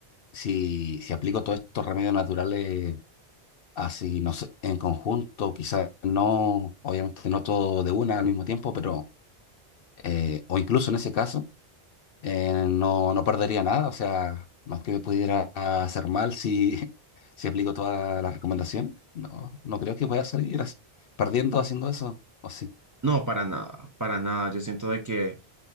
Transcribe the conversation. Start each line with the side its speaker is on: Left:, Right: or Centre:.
Left: si, si aplico todos estos remedios naturales Así, no sé, en conjunto, quizás no, obviamente no todo de una al mismo tiempo, pero, eh, o incluso en ese caso, eh, no, no perdería nada, o sea, no es que me pudiera hacer mal si, <laughs> si aplico toda la recomendación, no, no creo que pueda salir as- perdiendo haciendo eso, o sí,
Right: No, para nada, para nada. Yo siento de que,